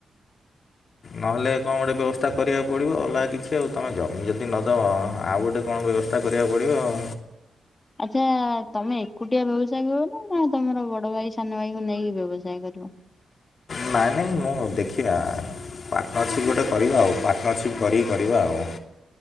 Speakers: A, on the left; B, on the left.
A: ନହଲେ କଣ ଗୋଟେ ବ୍ୟବ ତା କରିବାକୁ ପଡ଼ିବ ଅଲଗା କିଛି ଆଉ ତମେ ତ ଯଦି ନଦବ ଆଉ ଗୋଟେ କଣ ବ୍ୟବସ୍ତା କରିବାକୁ ପଡ଼ିବ ଆଉ।
B: ଆଚ୍ଛା ତମେ ଏକୁଟିଆ ବ୍ୟବସାୟ କରିବ ନା ନା ତମର ବଡ ଭାଇ ସାନ ଭାଇକୁ ନେଇକି ବ୍ୟବସାୟ କରିବ?
A: ନାଇଁ ନାଇଁ ମୁଁ ଦେଖିବା। ପାର୍ଟନରସିପ୍ ଗୋଟେ କରିବା ଆଉ ପାର୍ଟନରସିପ୍ କରିକି କରିବା ଆଉ।